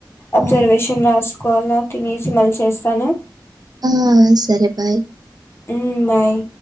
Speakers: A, on the left; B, on the right.
A: అబ్జర్వేషన్
B: ఆ!
A: రాసు కోలా తినేసి మళ్ళీ చేస్తాను.
B: ఆ సరే బాయ్.
A: హ్ బాయ్.